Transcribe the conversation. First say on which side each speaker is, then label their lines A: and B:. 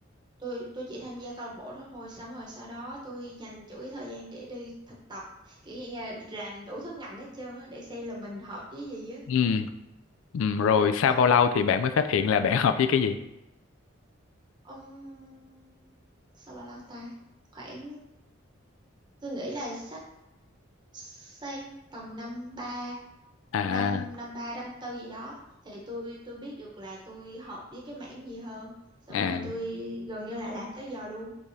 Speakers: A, on the right; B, on the left.
A: tôi tôi chỉ tham gia câu lạc bộ đó thôi xong rồi sau đó tôi dành chủ yếu thời gian để đi thực tập kiểu như là làm đủ thứ ngành hết trơn á để xem là mình hợp với gì á
B: ừ, ừ, rồi sau
A: Ủa,
B: bao lâu thì bạn mới phát hiện là bạn <laughs> hợp với cái gì?
A: ông sao bao lâu ta khoảng tôi nghĩ là sắp sang tầm năm ba
B: À,
A: năm năm ba năm tư gì đó thì tôi tôi biết được là tôi hợp với cái mảng gì hơn xong
B: à,
A: rồi tôi gần như là làm tới giờ luôn